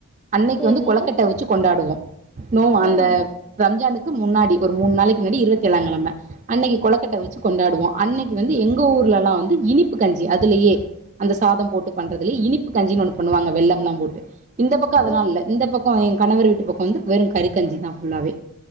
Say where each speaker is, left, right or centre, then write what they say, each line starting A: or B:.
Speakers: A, on the right; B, in the centre.
A: அன்னைக்கு
B: சரி.
A: வந்து கொளக்கட்ட வச்சு கொண்டாடுவோ நோ அந்த
B: ம்.
A: ரம்ஜானுக்கு முன்னாடி ஒரு மூணு நாளைக்கு முன்னாடி இருபத்தி ஏழா கிழம அன்னைக்கு கொளக்கட்ட வச்சு கொண்டாடுவோ அன்னைக்கு வந்து எங்க ஊர் ளலா வந்து இனிப்பு கஞ்சி அதுலயே அந்த சாத போட்டு பண்றது இ இனிப்பு கஞ்சின் ஒன்னு பண்ணுவாங்க வெல்லம்லா போட்டு இந்த பக்கோ அதெல்லா
B: ஓக்
A: இல்ல இந்த பக் கொ எ கணவர் வீட்டு பக்கோ வந்து வெறு கறி கஞ்சி தா ஃபுல்லாவே